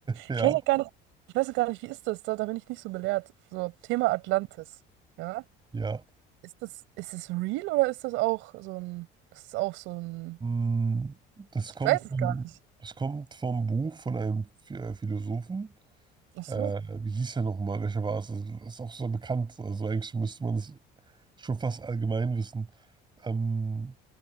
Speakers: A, on the right (about 25°); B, on the right (about 80°).
A: Ja,
B: Ich weiß auch gar nicht, ich weiß auch gar nicht, wie ist das? Da, da bin ich nicht so belehrt. So, Thema Atlantis. Ja?
A: ja.
B: Ist das, ist es real oder ist das auch so ein, das ist auch so ein,
A: Hm, Das
B: ich
A: kommt,
B: weiß es gar nicht.
A: das kommt vom Buch von einem äh, Philosophen.
B: Ach so.
A: Äh, wie hieß er nochmal? Welcher war es? Also, Das ist auch so bekannt. Also eigentlich müsste man es schon fast allgemein wissen. Ähm,